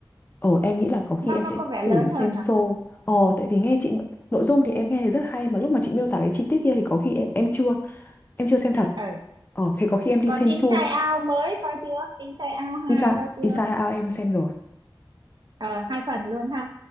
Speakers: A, on the left; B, on the right.
A: ờ em nghĩ là có khi
B: nó
A: em
B: nó
A: sẽ
B: có vẻ
A: thử
B: lớn
A: xem
B: hơn
A: show
B: hả
A: ờ tại vì nghe chị nội dung thì em nghe thì rất hay mà lúc mà chị miêu tả cái chi tiết kia thì có khi em, em chưa em chưa xem thật
B: Ừ,
A: ờ thế có khi em đi
B: còn
A: xem
B: Inside
A: show
B: Out mới coi chưa Inside Out hai
A: Isa
B: coi chưa
A: Isa Ao em xem rồi
B: ờ hai phần luôn ha